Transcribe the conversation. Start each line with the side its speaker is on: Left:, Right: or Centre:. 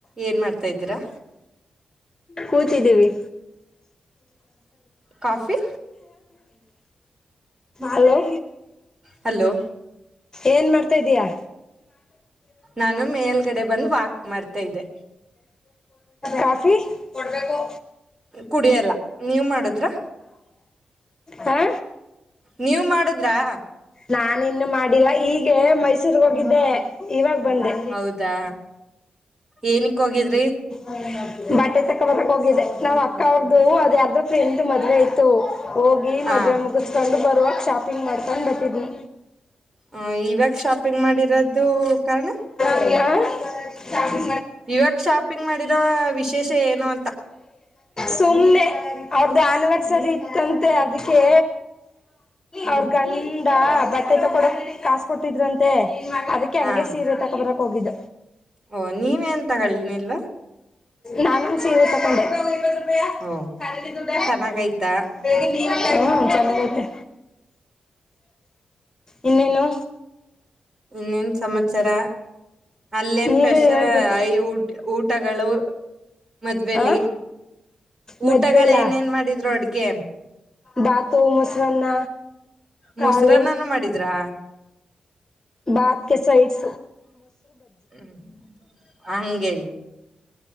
Right: ಏನ್ ಮಾಡ್ತಾ ಇದೀರಾ.
Left: ಕೂತಿದಿವಿ.
Right: Coffee
Left: hello.
Right: ಹಲೋ.
Left: ಏನು ಮಾಡ್ತಾದ್ದೀಯಾ
Right: ನಾನು ಮೇಲ್ಗಡೆ ಬಂದು ವಾಕ್ ಮಾಡ್ತಾ ಇದ್ದೆ
Left: ಕಾಫಿ ಕೊಬೇಕು
Right: ಕುಡಿಯಲ್ಲ ನೀವ್ ಮಾಡುದ್ರ
Left: ಹಾ
Right: ನೀವು ಮಾಡುದ್ರಾ
Left: ನಾ ಇನ್ನು ಮಾಡಿಲ್ಲಾ ಈಗ ಮೈಸೂರ್ಗ್ ಹೋಗಿದ್ದೆ ಇವಾಗ ಬಂದೆ
Right: ಹೌದಾ ಏನಕ್ ಹೋಗಿದ್ರಿ
Left: <inaudible> ಬಟ್ಟೆ ತಕ್ಕ ಬರಕ್ ಹೋಗಿದ್ದೆ ನಾವ್ ಅಕ್ಕ ಅವ್ರ್ದ ಅದ ಯಾರ್ದ ಫ್ರೆಂಡ್ ಮದುವೆ ಆಯತು ಹೋಗಿ
Right: ಹ
Left: ಮದುವೆ ಮುಗಿಸ್ಕೊಂಡು ಬರುವಾಗ ಶಾಪಿಂಗ್ ಮಾಡ್ಕೊಂಡು ಬಟ್ಟಿದವಿ
Right: ಹ ಇವಾಗ ಶಾಪಿಂಗ್ ಮಾಡಿರೋದು ಕಾರಣ
Left: ಆ
Right: ಇವಾಗ ಶಾಪಿಂಗ್ ಮಾಡಿರೋ ವಿಶೇಷ ಏನು ಅಂತ
Left: ಸುಮ್ಮ್ನೆ ಅವ್ರ್ದ ಆನಿವರ್ಸರಿ ಇತ್ತಂತೆ ಅದಕ್ಕೆ
Right: ಹ್ಮ್
Left: ಅವ್ರ ಗಂಡ ಬಟ್ಟೆ ತಕಡ ಕಾಸ ಕೊಟ್ಟಿದ್ರಂತೆ ಅದಕ್ಕೆ
Right: ಹಾ
Left: ಹಂಗೆ ಸೀರೆ ತಕ ಬರಕ್ ಹೋಗಿದ್ದ
Right: ಓ ನೀವೇನ್ ತಗೊಳ್ನಿಲ್ವಾ
Left: ನಾನುಂದ ಸೀ ತಕೊಂಡೆ ಇತ್ ರೂಪಾಯ
Right: ಓ
Left: ಕ ದುಡ್ಡ
Right: ಚೆನ್ನಾಗಯ್ತಾ
Left: ಬೇಗ ಹಾ ಚೆನ್ನಾಗೈತೆ ಇನ್ನೇನು
Right: ಇನ್ನೇನ್ ಸಮಮ್ಮಚರ ಅಲ್ಲೇನ್
Left: ನೀವೇ
Right: ಫೆಷ
Left: ಹೇಳ್ಬೇಕು
Right: ಐ ಊ ಊಟಗಳು ಮದ್ವೆಲಿ
Left: ಆ ಮದ್ವೆಲಾ
Right: ಊಟಗಳು ಏನ ನ್ ಮಾಡಿದ್ರು ಅಡ್ ಎಮ
Left: ಬಾತು ಮೊಸರನ್ನ
Right: ಮೊಸರನ್ನನು
Left: ಕಾಳು
Right: ಮಾಡಿದ್ರಾ
Left: ಬಾಪ ಕೆ ಸೈಡ್
Right: ಹ್ಮ ಅಗೆ